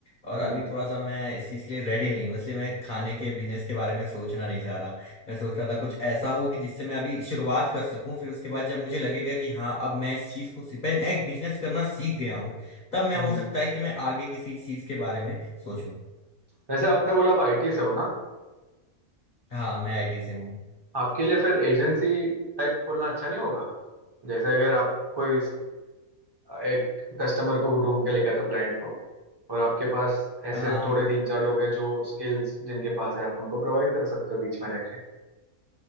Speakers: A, on the left (about 50°); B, on the right (about 25°).
A: और
B: हम्म
A: अभी थोड़ा सा मैं इस चीज़ के लिए रेडी नहीं हूँ इसलिए मैं खाने के बिजनेस के बारे में सोचना नहीं चाह रहा मैं सोच रहा
B: हम्म,
A: था कुछ ऐसा हो कि जिससे मैं अभी शुरुआत कर सकूं फिर उसके बाद जब मुझे लगेगा कि हाँ अब मैं इस चीज़ को सीख- मैं एक बिजनेस करना सीख गया हूँ तब मैं
B: हम्म।
A: हो सकता है कि मैं आगे किसी चीज़ के बारे में सोचूं
B: वैसे आपने बोला आप आईटी से हो ना
A: हाँ मैं आईटी से हूँ
B: आपके लिए फिर एजेंसी टाइप खोलना अच्छा नहीं होगा जैसे अगर आप कोई एक कस्टमर को ढूंढ के लेके आता क्लाइंट को और आपके पास ऐसे
A: हाँ
B: थोड़े तीन चार लोग हैं जो स्किल्स जिनके पास है आप उनको प्रोवाइड कर सकते हो बीच में रह के